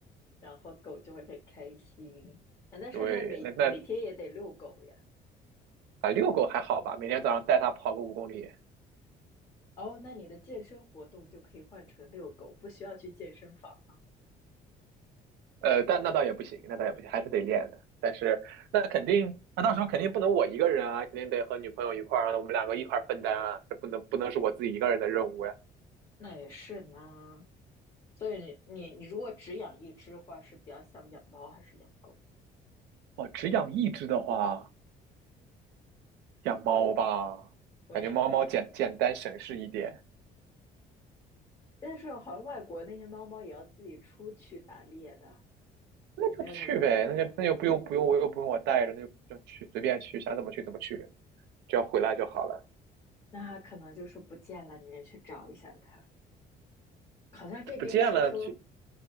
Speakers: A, on the left; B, on the right.
A: 然后狗就会很开心。啊，那圣诞每每天也得遛狗呀。
B: 对，那那啊，遛狗还好吧？每天早上带它跑个五公里，
A: 哦，那你的健身活动就可以换成遛狗，不需要去健身房啊。
B: 呃，但那倒也不行，那倒也不行，还是得练的。但是那肯定，那到时候肯定不能我一个人啊，肯定得和女朋友一块儿啊，我们两个一块儿分担啊，这不能不能是我自己一个人的任务呀。
A: 那也是呢。所以你你你如果只养一只的话，是比较想养猫还是养狗？
B: 我只养一只的话，养猫吧，
A: 为什么呀？
B: 感觉猫猫简简单省事一点。
A: 但是好像外国那些猫猫也要自己出去打猎的，
B: 那就去呗，
A: 也没有那么简单。
B: 那就那就不用不用我又不用我带着，那就就去随便去，想怎么去怎么去，只要回来就好了。
A: 那它可能就是不见了，你得去找一下它。好像这边是说
B: 不见了，去